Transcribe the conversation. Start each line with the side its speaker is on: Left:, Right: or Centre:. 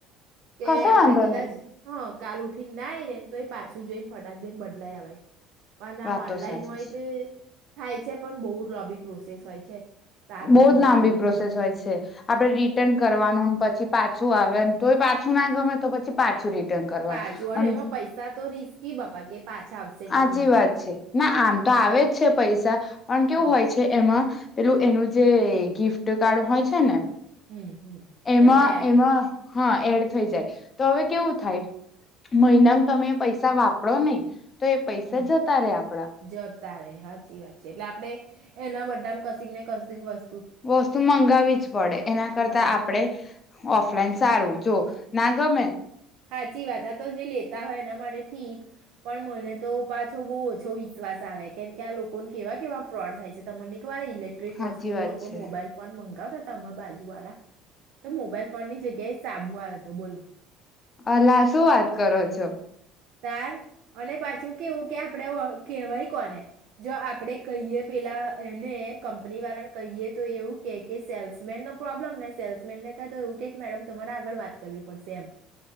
Right: કે
Left: કશો
Right: આપડે
Left: વાંધો
Right: કદાચ
Left: નહી
Right: હ. કાલ ઉઠીને ના આઈ નેને તો એ પાછું જઈને ફટાક દઈને બદલાય અવાય. પણ
Left: વાત
Right: આ
Left: તો
Right: ઓનલાઈન
Left: સાચી
Right: હોય તો થાય છે પણ બહુ લોબી પ્રોસેસ હોય છે સાત
Left: બહ
Right: દિવસ
Left: જ લાંબી
Right: જેવું
Left: પ્રોસેસ
Right: લાગે
Left: હોય છે, આપડે રિટર્ન કરવાનું પછી પાછું આવે તોય પાછું ના ગમે તો પછી પાછું રી ટર્ન કરવાનું,
Right: પાછું અને એમાં પૈસા તો રિસ્કી બાપા કે પાછા આવશે
Left: સાચી
Right: કે નહીં
Left: વાત
Right: આવે
Left: છે ના આમ તો આવે જ છે પૈસા, પણ કેવું
Right: હા
Left: હોય છે. પેલું એનું જે ગિફ્ટ કાર્ડ હોય છે ને.
Right: હમ હમ
Left: એમાં
Right: એમાંય એડ
Left: એમાં
Right: થઈ જાય.
Left: હા એડ થઈ જાય, તો હવે કેવું થાય મહિનામાં તમે પૈસા વાપરો નહી. તો એ પૈસા
Right: હમ,
Left: જતા રે આપડા
Right: જતા રે સાચી વાત છે એટલે આપ આપડે, એના બધામાં કશક ને કસક વસ્
Left: વસ્તુ મંગાવી જ પડે. એના કરતા
Right: હા
Left: આપણે ઓફલા સારું જો ના ગમેન
Right: હાચી વાત આ તો જે લેતા હોય એના માટે ઠીક પણ મને તો પાછો બહુ ઓછો વિશ્વાસ આવે કેમ કે આ લોકોને કેવા કેવા ફ્રોડ થાય છે તમની કવા ઇલેક્ટ્રિક
Left: સાચી
Right: વસ્તુ
Left: વાત
Right: લોકો
Left: છે
Right: મોબાઈલ ફોન મંગાવ અ હમાર બાજુ વાળા તો મોબાઈલ ફોન ની જગ્યાએ સાબુઆયો તો બોલો.
Left: અલા શું વાત કરો છો.
Right: તાર. અને પાછું કેવું ક્યાં આપણેે ઓ કહેવાય કોને જો આપણેે કહીએ પેલા એને કંપની વાળાને કહીએ તો એવું કે કે સેલ્સમેન નો પ્રોબ્લેમ ને સેલ્સમેન ને કહે તો એવું કે મેડમ તમારા આગળ વા ત કર પડશે એમ.